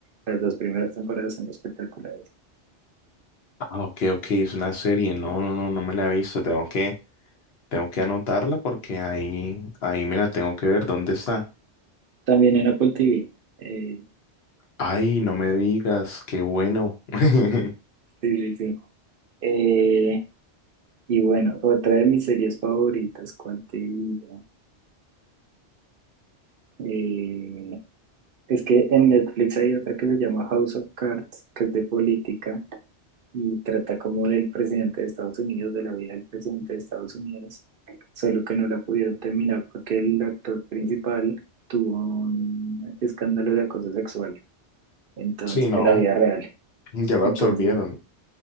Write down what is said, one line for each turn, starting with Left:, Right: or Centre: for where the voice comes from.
Right: las dos primeras temporadas son espectaculares.
Left: Ah, ok, ok, es una serie. No, no, no, no me la he visto. Tengo que, tengo que anotarla porque ahí, ahí me la tengo que ver. ¿Dónde está?
Right: También en Apple TV. eh,
Left: Ay, no me digas, qué bueno. <laughs>
Right: sí, sí, sí. Eh, y bueno, otra de mis series favoritas, ¿cuál te digo? Eh, Es que en Netflix hay otra que se llama House of Cards, que es de política y trata como del presidente de Estados Unidos, de la vida del presidente de Estados Unidos, solo que no la pudieron terminar porque el actor principal tuvo un escándalo de acoso sexual, entonces,
Left: Sí, no,
Right: en la vida real.
Left: ya lo
Right: Entonces,
Left: absolvieron.